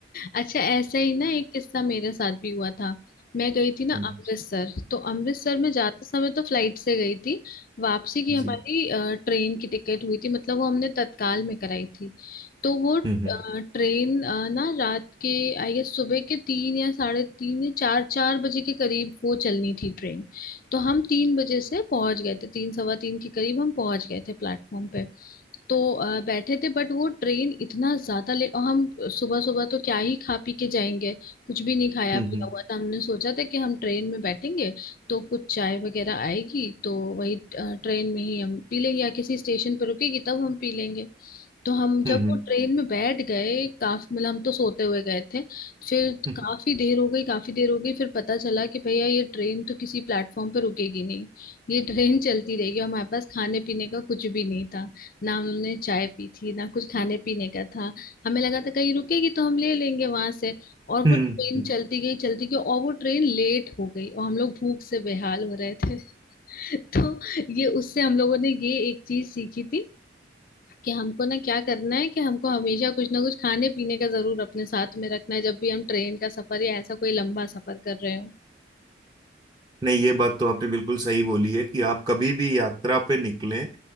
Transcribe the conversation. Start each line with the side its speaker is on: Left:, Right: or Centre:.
Left: अच्छा ऐसा ही ना एक किस्सा मेरे साथ भी हुआ था मैं गई थी ना
Right: <laughs>
Left: अमृतसर तो अमृतसर में जाते समय तो फ्लाइट से गई थी वापसी की हमारी
Right: जी
Left: अ, ट्रेन की टिकट हुई थी मतलब वो हमने तत्काल में कराई थी तो वो अ,
Right: हम्म हम्म।
Left: ट्रेन अ, ना रात के आई गेस सुबह के तीन या साढ़े तीन या चार चार बजे के करीब वो चलनी थी ट्रेन तो हम तीन बजे से पहुंच गए थे तीन सवा तीन के करीब हम पहुंच गए थे प्लेटफॉर्म पे तो अ, बैठे थे बट वो ट्रेन इतना ज्यादा लेट और हम सुबह सुबह तो क्या ही खा पी के जाएंगे कुछ भी नहीं खाया
Right: हम्म
Left: पिया
Right: हम्म
Left: हुआ था हमने सोचा था कि हम ट्रेन में बैठेंगे तो कुछ चाय वगैरह आएगी तो वही अ, ट्रेन में ही हम पी लेंगे या किसी स्टेशन पर रुकेगी तब हम पी लेंगे तो हम
Right: हम्म
Left: जब
Right: हम्म,
Left: वो ट्रेन में बैठ गए काफी मतलब हम तो सोते हुए गए थे फिर
Right: हम्म,
Left: काफी
Right: हम्म।
Left: देर हो गई काफी देर हो गई फिर पता चला कि भैया ये ट्रेन तो किसी प्लेटफॉर्म पे रुकेगी नहीं ये ट्रेन चलती रहेगी और हमारे पास खाने पीने का कुछ भी नहीं था ना हमने चाय पी थी ना कुछ खाने पीने का था हमें लगा था कहीं रुकेगी तो हम ले लेंगे वहां से और
Right: हम्म,
Left: वो ट्रेन
Right: हम्म।
Left: चलती गई चलती गई और वो ट्रेन लेट हो गई और हम लोग भूख से बेहाल हो रहे थे <laughs> तो ये उससे हम लोगों ने ये एक चीज सीखी थी कि हमको ना क्या करना है कि हमको हमेशा कुछ ना कुछ खाने पीने का जरूर अपने साथ में रखना है जब भी हम ट्रेन का सफर या ऐसा कोई लंबा सफर कर रहे हो
Right: नहीं ये बात तो आपने बिल्कुल सही बोली है कि आप कभी भी यात्रा पे निकलें